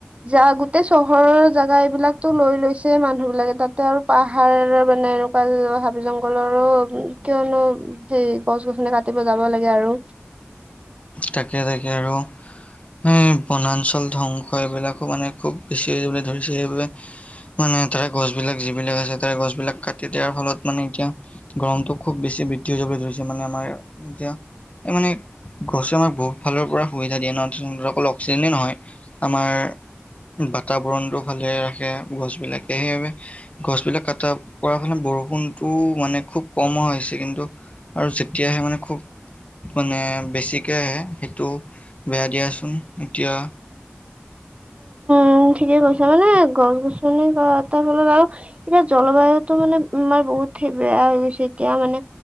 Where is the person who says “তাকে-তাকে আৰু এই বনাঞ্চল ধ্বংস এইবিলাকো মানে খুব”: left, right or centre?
Left